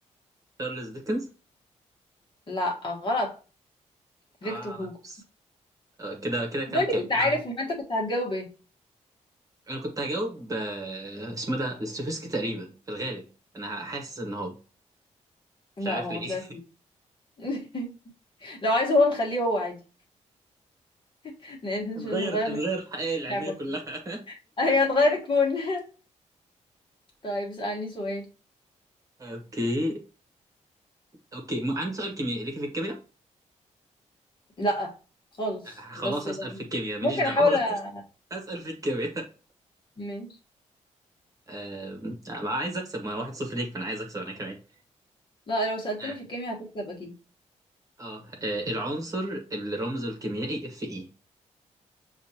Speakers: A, on the right; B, on the left.
A: تشارلز ديكنز
B: لا غلط فيكتور
A: اه
B: هوجو
A: آه، كده كده كام
B: دول
A: كام
B: كنت
A: كده
B: عارف
A: واحد.
B: وما انت كنت هتجاوب ايه
A: انا كنت هجاوب آه، اسمه ده ستوفسكي تقريبا في الغالب انا حاسس ان هو
B: لا
A: مش عارف
B: هو
A: ليه
B: ما طلعش
A: <laughs>
B: <laughs> لو عايز هو نخليه هو عادي <laughs> ن-
A: هنغير
B: نش- نغير
A: هنغير
B: لك
A: الحقائق العلميه
B: اللعبه
A: كلها
B: <laughs> خالص. ايوه نغير الكون <laughs> طيب اسألني سؤال
A: <laughs> اوكي اوكي م- عندي سؤال كيميائي ليكي في الكيمياء
B: لا خالص
A: آه، خلاص
B: بس
A: اسال
B: يعني
A: في الكيمياء ماليش
B: ممكن
A: دعوه
B: احاول أ-
A: <laughs> اسال في الكيمياء
B: ماشي
A: آم، آه، عايز اكسب ما واحد صفر ليك فانا عايز اكسب انا كمان
B: لا لو سألتني
A: اه
B: في الكيمياء هتكسب اكيد
A: آه، آه، العنصر اللي رمزه الكيميائي اف اي